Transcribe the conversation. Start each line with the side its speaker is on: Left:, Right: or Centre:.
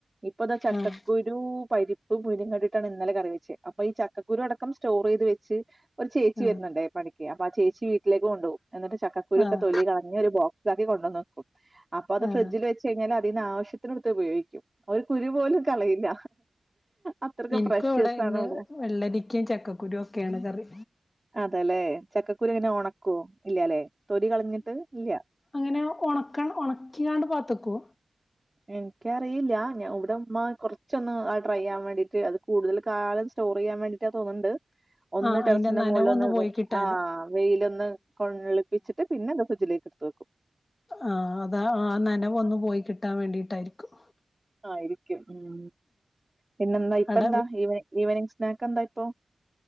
Right: ഇപ്പ ദാ ചക്ക
Left: ആഹ്
Right: കുരു പരിപ്പ് മുതിരേ കണ്ടിട്ടാണ് ഇന്നലെ കറി വെച്ചേ അപ്പൊ ഈ ചക്കക്കുരു അടക്കം സ്റ്റോർ ചെയ്ത് വെച്ച്. ഒരു ചേച്ചി
Left: ആഹ്
Right: വരുന്നുണ്ടേ പണിക്ക് അപ്പ ആ ചേച്ചി വീട്ടിലേക്ക് കൊണ്ടോവും എന്നി്ട്ട് ചക്കക്കുരു
Left: ആഹ്
Right: ഒക്കെ തൊലി കളഞ്ഞ് ഒരു ബോക്സ്. ഇതാക്കി കൊണ്ടുവന്ന്വെക്കും അപ്പൊ അത്
Left: ആഹ്
Right: ഫ്രിഡ്ജിൽ വെച്ച് കഴിഞ്ഞാൽ അതീന്ന് ആവശ്യത്തിനെടുത്ത് ഉപയോഗിക്കും ഒരു കുരു പോലും കളയില്ല. അത്രയ്ക്ക്
Left: ഇനിക്കും
Right: പ്രഷ്യസ്
Left: ഇവിടെ ഇന്ന്
Right: ആണ് അവിടെ
Left: വെള്ളരിക്കയും ചക്കക്കുരു ഒക്കെയാണ് കറി..
Right: അതെല്ലെ ചക്കക്കുരു ഇങ്ങനെ ഒണക്വോ ഇല്ലാല്ലെ തൊല കളഞ്ഞിട്ട് ഇല്ല..
Left: അങ്ങനെ ഉണക്ക ഉണക്കിക്കാണ്ട് പാത്തക്കോ?
Right: എനിക്കറിയില്ല ഞാൻ ഇവിടെമ്മ കുറച്ചൊന്ന് ആഹ ട്രൈ ആവാൻ വേണ്ടിട്ട് അത് കൂടുതൽ കാലം.. സ്റ്റോർ ചെയ്യാൻ വേണ്ടിയിട്ടാ തോന്നുണ്ട്, ഒന്ന്
Left: ആഹ്
Right: ടെറസിന്റെ
Left: അയിന്റെ നനവൊന്ന്
Right: മുകളിൽ ഒന്ന്
Left: പോയി കിട്ടാന്
Right: ആഹ വെയില ഒന്ന് കൊണ്ടളിപ്പിച്ചിട്ട്.. പിന്നെക്ക ഫ്രിജില്ലേക്കത്തോ..
Left: ആഹ അതാ ആ നനവ ഒന്നു പോയി കിട്ടാൻ വേണ്ടിട്ടായിരിക്കും.
Right: ആയിരിക്കും ഉം പിന്നെന്താ ഇപ്പ
Left: അട
Right: എന്താ ഈവ ഈവനിങ് സ്നാക്ക് എന്താ ഇപ്പൊ